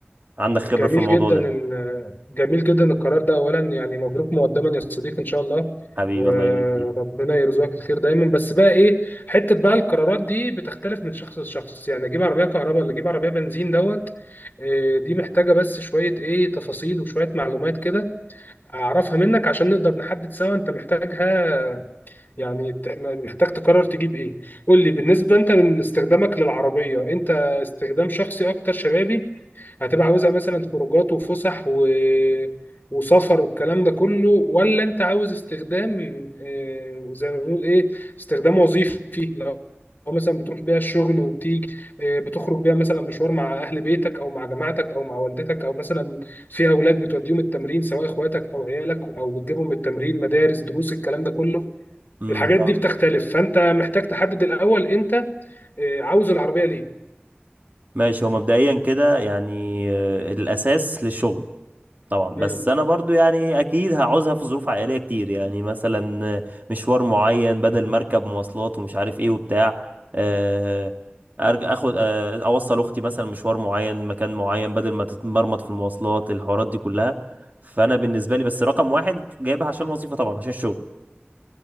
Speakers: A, on the right (about 45°); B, on the left (about 50°).
A: عندك خبره
B: جميل
A: في الموضوع
B: جدا
A: ده
B: ال- جميل جدا القرار ده اولا يعني مبروك مقدما يا صديقي ان شاء الله
A: حبيبي
B: وربنا
A: الله يبارك فيك
B: يرزقك الخير دايما بس بقى ايه حته بقى القرارات دي بتختلف من شخص لشخص يعني اجيب عربيه كهرباء ولا اجيب عربيه بنزين دوت إيه، دي محتاجه بس شويه ايه تفاصيل وشويه معلومات كده اعرفها منك عشان نقدر نحدد سوا انت محتاجها يعني ت- محتاج تقرر تجيب ايه قول لي بالنسبه انت من استخدامك للعربيه انت استخدام شخصي اكتر شبابي هتبقى عاوزها مثلا خروجات وفسح و... وسفر والكلام ده كله ولا انت عاوز استخدام آه، زي ما بنقول ايه استخدام وظيفي لو لو مثلا بتروح بيها الشغل وبتيجي آه، بتخرج بيها مثلا مشوار مع اهل بيتك او مع جماعتك او مع والدتك او مثلا في اولاد بتوديهم التمرين سواء اخواتك او عيالك او بتجيبهم من التمرين مدارس دروس الكلام ده كله
A: امم
B: الحاجات دي بتختلف فانت محتاج تحدد الاول انت آه، عاوز العربيه ليه
A: ماشي هو مبدئيا كده يعني آه، الاساس للشغل طبعا
B: مم.
A: بس انا برضو يعني اكيد هعوزها في ظروف عائليه كتير يعني مثلا مشوار معين بدل مركب مواصلات ومش عارف ايه وبتاع آه، أرج- اخد آه، اوصل اختي مثلا مشوار معين مكان معين بدل ما تتمرمط في المواصلات الحوارات دي كلها فانا بالنسبه لي بس رقم واحد جايبها عشان الوظيفه طبعا عشان الشغل